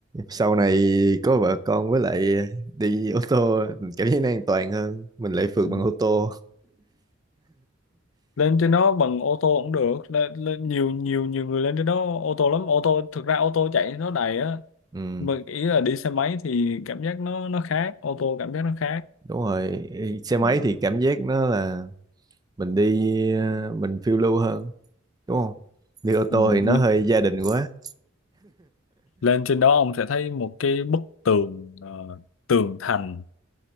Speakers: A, on the right; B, on the left.
A: Sau này có vợ con với lại đi ô tô mình cảm thấy nó an toàn hơn, mình lại phượt
B: ừ.
A: bằng ô tô.
B: lên trên đó bằng ô tô cũng được lên, lên nhiều nhiều nhiều người lên trên đó ô tô lắm ô tô thực ra ô tô chạy nó đầy á
A: Ừ,
B: mà ý là đi xe máy thì cảm giác nó nó khác ô tô cảm giác nó khác
A: đúng rồi, xe
B: ừ.
A: máy thì cảm giác nó là mình đi ờ, mình phiêu lưu hơn đúng không đi ô
B: Ừ.
A: tô thì nó
B: L-
A: hơi gia đình quá
B: lên trên đó ông sẽ thấy một cái bức tường ờ, tường thành